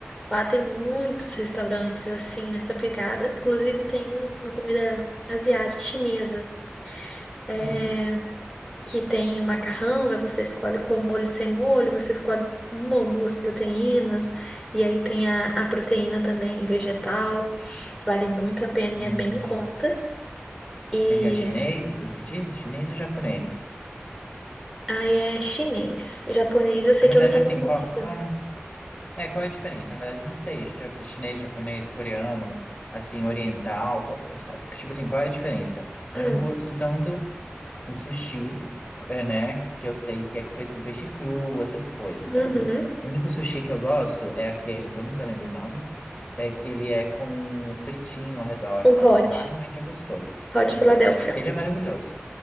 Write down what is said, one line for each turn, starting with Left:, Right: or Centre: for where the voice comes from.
Centre: Lá tem muitos restaurantes assim, nessa pegada. Inclusive tem um- uma comida asiática, chinesa, é,
Left: hum,
Centre: que tem o macarrão, aí você escolhe com molho sem molho, você escolhe uma ou duas proteínas, e aí tem a, a proteína também vegetal. Vale muito a pena
Left: hum,
Centre: e é bem
Left: entendi.
Centre: em conta. E
Left: Ele é chinês, você diz? Chinês ou japonês?
Centre: aí é chinês. Japonês, eu sei
Left: Na verdade,
Centre: que você
Left: assim,
Centre: não curte
Left: qual, qual...
Centre: tanto.
Left: É, qual é a diferença? Na verdade, eu não sei. Ja- Chinês, japonês, coreano, assim, oriental, qual- sabe? Tipo assim, qual é a diferença? Eu
Centre: Hum.
Left: não curto tanto o sushi, é, né? Que eu sei que é feito com peixe cru, essas coisas,
Centre: Uhum.
Left: sabe? O único sushi que eu gosto é aquele que eu nunca lembro o nome, é que ele é com fritinho ao redor,
Centre: O
Left: sabe?
Centre: Hot.
Left: Que lá realmente é gostoso.
Centre: Hot
Left: O
Centre: Philadelphia.
Left: hot, aquele é maravilhoso.